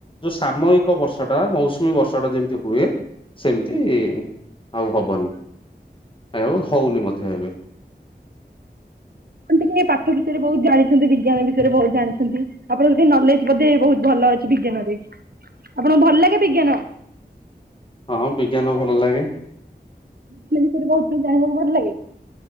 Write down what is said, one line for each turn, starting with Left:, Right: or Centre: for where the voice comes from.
Left: ଯୋଉ ସାମୟିକ ବର୍ଷା ଟା ମଉସୁ ମୀ ବର୍ଷା ଟା ଯେମିତି ହୁଏ ସେମିତି ଆଉ ହବନି। ଆଉ ହଉନି ମଧ୍ୟ ଏବେ।
Right: ଆପଣ ଟିକେ ଏଇ ପାଠ ବିଷୟରେ ବହୁତ ଜାଣି ତି ବିଜ୍ଞାନ ବିଷୟରେ ବହୁତ ଜାଣିଛନ୍ତି ଆପଣଙ୍କ ଟିକେ ନଲେଜ ବୋଧେ ବହୁତ ଭଲ ଅଛି ବିଜ୍ଞାନ ରେ। ଆପଣଙ୍କୁ ଭଲ ଲାଗେ ବିଜ୍ଞାନ?
Left: ହଁ ବିଜ୍ଞାନ ଭଲ ଲାଗେ।
Right: ବି ବିଷୟରେ ବହୁତ ଜାଣିବାକୁ ଭଲ ଲାଗେ।